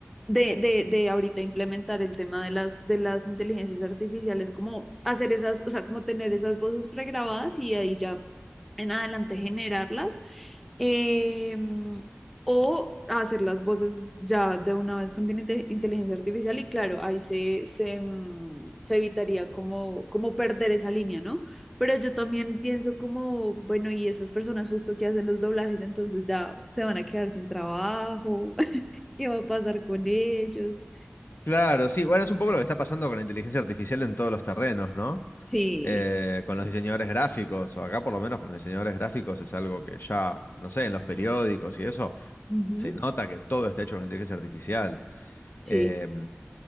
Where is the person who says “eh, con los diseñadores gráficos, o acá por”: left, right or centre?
Left